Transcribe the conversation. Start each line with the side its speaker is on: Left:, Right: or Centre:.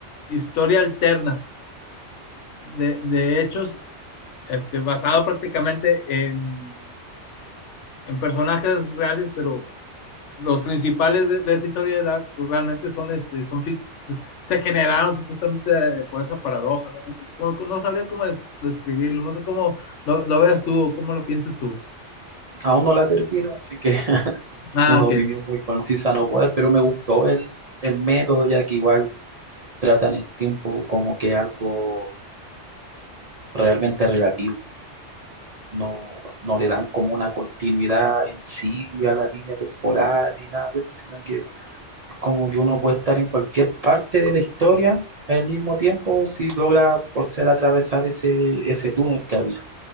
Left: historia alterna de, de hechos, este, basado prácticamente en, en personajes reales, pero los principales de, de, esa historia de Dark, pues realmente son, este, son fic- se generaron supuestamente eh, por esa paradoja, ¿no? No, no no sabría cómo des describirlo, no sé cómo lo, lo veas tú o cómo lo piensas tú.
Right: Aún no la termino, así que <laughs>
Left: Ah,
Right: una
Left: ok,
Right: opinión muy concisa no puedo dar, pero me gustó el, el método, ya que igual tratan el tiempo como que algo realmente relativo. no, no le dan como una continuidad en sí a la línea temporal ni nada de eso, sino que es como que uno puede estar en cualquier parte de la historia al mismo tiempo si logra por ser atravesar ese, ese túnel que había.